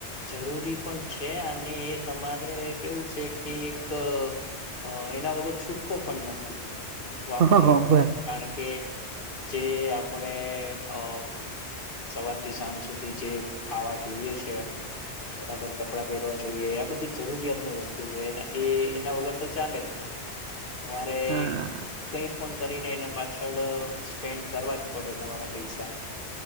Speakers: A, on the left; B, on the right.
A: જરૂરી પણ છે અને એ તમારે કેવું છે કે એક અ એના વગર છૂટકો પણ નથી. વાપર્યા
B: હા હા
A: વગર
B: બર
A: કારણ કે જે આપણે અ સવારથી સાંજ સુધી જે ખાવા જોઈએ છે. બરાબર કપડા પહેરવા જોઈએ આ બધી જરૂરિયાતની વસ્તુ જો એ એના વગર તો ચાલે જ નહીં. અમારે
B: હા
A: કઈ પણ કરીને એને પા પાછળ સ્પેન્ડ કરવા જ પડે તમારા પૈસા.